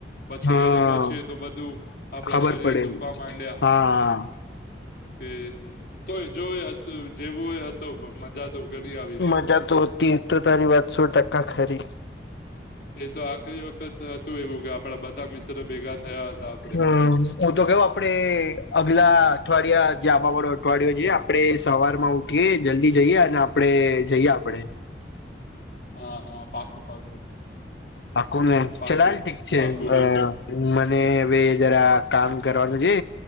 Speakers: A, on the left; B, on the left.
A: પછી
B: હા
A: ઘરે પહોંચીએ તો બધું આપણા
B: ખબર
A: શરીર
B: પડે
A: દુખવા માંડ્યા.
B: હા.
A: કે તોય જો હતું જેવું એ હતું મજા તો ઘણી આવ
B: મજા તો હતી તો તારી વાત સો ટકા ખરી.
A: એ તો આખરી વખત હતું એવું કે આપડા બધા મિત્રો ભેગા થયા હતા. આપડે
B: હા હું તો કયો આપડે અગલા અઠવાડિયા જે આવવા વાળો અઠવાડિયો જે આપડે સવાર માં ઉઠીએ જલ્દી જઈએ અને આપડે જઈએ આપડે.
A: હા હા પાકું પાકું.
B: હાકુ મે
A: પાકું
B: ચલાલ ઠીક છે
A: પાકું
B: હા.
A: એવું
B: મને હવે જરા કામ કરવાનું છે.